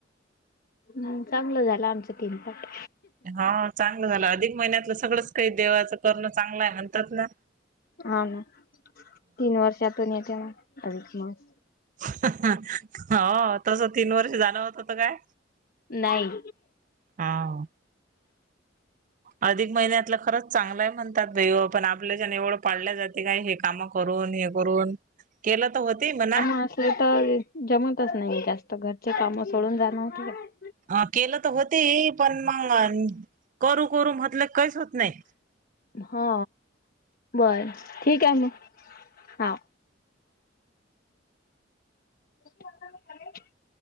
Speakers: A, on the left; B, on the right.
A: हम् चांगलं झालं आमचं तीन पट.
B: हा चांगलं झालं अधिक महिन्यातलं सगळंच काही देवाचं करणं चांगलं आहे म्हणतात ना
A: हा ना तीन वर्षातून येत ना अधिक मास.
B: ह हं हं. हो तस तीन वर्ष जाण होत होत काय
A: नाही.
B: हं. अधिक महिन्यातलं खरंच चांगलंय म्हणतात भा आपण आपल्या ज एवढं. पाडल्या जाते काय हे कामं करून हे करून केलं तर होती म्हणा.
A: अस असले तरे. जमतच नाही जास्त घरचे काम सोडून जाण होत
B: अ केलं तर होती पण मग करू करून म्हटलं काहीच होत नाही
A: हो बर ठीक आहे मग, हा <inaudible>